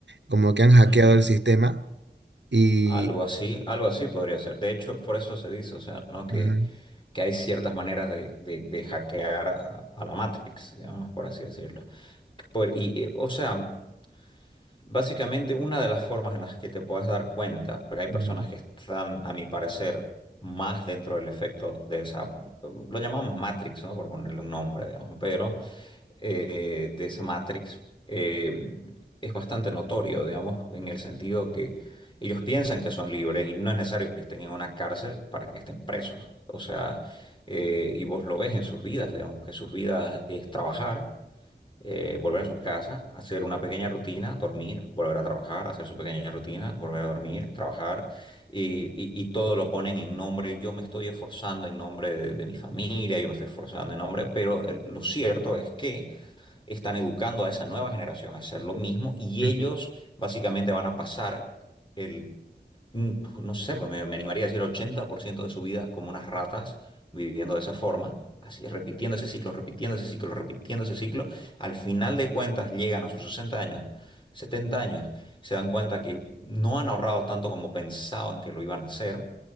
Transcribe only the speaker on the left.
ujú, ujú.
Algo así, algo así podría ser. De hecho, por eso se dice, o sea, ¿no? Que,
que hay ciertas maneras de, de- de hackear a, a la Matrix, digamos, por así decirlo. Por- y, eh, o sea, básicamente una de las formas en las que te puedes dar cuenta, porque hay personas
que están, a mi parecer, más dentro del efecto de esa, lo llamamos Matrix, ¿no? Por ponerle un nombre, digamos, pero eh, de esa Matrix eh, es bastante notorio, digamos, en el sentido que ellos piensan que son libres y no es necesario que estén en una cárcel para que estén presos. O sea, eh, y vos lo ves en sus vidas, digamos, que sus vidas es trabajar, eh, volver a su casa, hacer una pequeña rutina, dormir, volver a trabajar, hacer su pequeña rutina, volver a dormir, trabajar y, y- y todo lo ponen en nombre, yo me estoy esforzando en nombre de, de mi familia, yo me estoy esforzando en nombre, pero eh, lo cierto es que están educando a esa nueva generación a hacer lo mismo y
ellos
básicamente van a pasar el, mm, no sé, pues me, me animaría a decir 80% de su vida como unas ratas viviendo de esa forma. Así, repitiendo ese ciclo, repitiendo ese ciclo, repitiendo ese ciclo, al final de cuentas llegan a sus 60 años, 70 años, se dan cuenta que no han ahorrado tanto como pensaban que lo iban a hacer